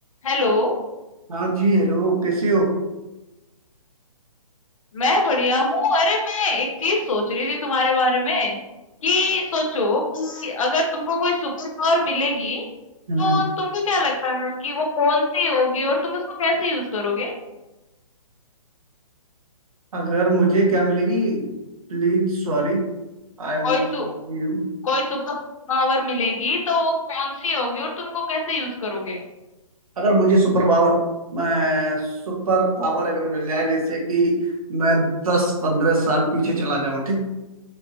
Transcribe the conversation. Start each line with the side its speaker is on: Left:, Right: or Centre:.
Left: Hello
Right: हाँ जी हेलो कैसी हो
Left: मैं बढ़िया हूँ अरे मैं एक चीज सोच रही थी तुम्हारे बारे में कि सोचो कि अगर तुमको कोई सुपर पावर मिलेगी
Right: हम्म
Left: तो तुमको क्या लगता है कि वो कौन सी होगी और तुम उसको कैसे यूज करोगे
Right: अगर मुझे क्या मिलेगी Please sorry I am
Left: कोई
Right: not
Left: सु,
Right: You
Left: कोई सुपर पावर मिलेगी तो वो कौन सी होगी और तुमको कैसे यूज करोगे
Right: अगर मुझे सुपर पावर मैं सुपर पावर अगर मिल जाए जैसे कि मैं दस पंद्रह साल पीछे चला जाऊं ठीक